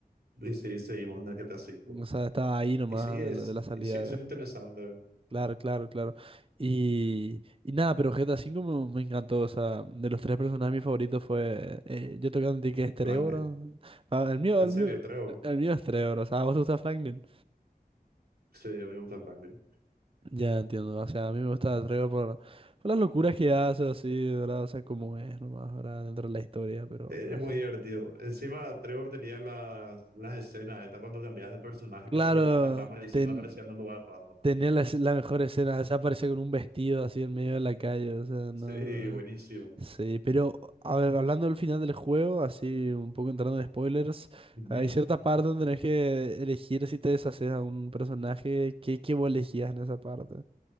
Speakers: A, on the right (about 80°); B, on the right (about 35°).
A: Y sí, seguimos en el GTA V.
B: o sea, estaba ahí nomás
A: Y sí, es,
B: de la, de la salida.
A: y sí, es un interesante
B: Claro, claro, claro. Y, y nada, pero GTA 5 me, me encantó, o sea, de los tres personajes mi favorito fue, eh, yo tengo que admitir que es Trevor,
A: Franklin.
B: ¿no? ah, el mío,
A: En
B: el
A: serio,
B: mío,
A: Trevor.
B: el mío es Trevor, o sea, ¿a vos te gusta Franklin?
A: Sí, a mí me gusta Franklin.
B: Ya entiendo, o sea, a mí me gusta la traigo por, por las locuras que hace, así, ¿verdad? O sea, como es nomás, ¿verdad? Dentro de la historia, pero,
A: Eh,
B: pero
A: Es
B: así.
A: muy divertido. Encima, Trevor tenía las, las escenas, está cuando cambiabas de personaje
B: Claro,
A: que se alejaba de la cámara y siempre
B: ten-
A: aparecía en un lugar raro.
B: tenía la, escena- la mejor escena, se aparece con un vestido así en medio de la calle, o sea, no...
A: Sí, buenísimo.
B: Sí, pero, a ver, hablando del final del juego, así, un poco entrando en spoilers,
A: Sí.
B: hay cierta parte donde tenés que elegir si te deshaces a un personaje, ¿qué, qué vos elegías en esa parte?